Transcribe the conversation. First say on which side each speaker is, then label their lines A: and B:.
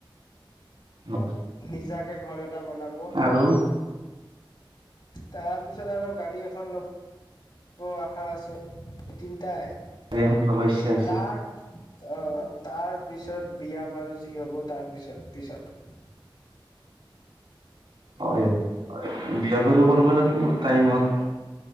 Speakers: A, on the right; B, on the left.
A: হয়
B: নিজাকে ঘৰ এটা এটা বনাব
A: আৰু
B: তাৰপিছত আৰু গাড়ী এখন লব আশা আছে এদিন ত
A: গাড়ী এখন ল'ব ইচ্ছা আছে
B: তাৰ আহ তাৰ পিছত বিয়া বাৰু যি হব তাৰ পিছত পিছত
A: হয় হয় হয় বিয়াবাৰো কৰিব লাগিব টাইমত।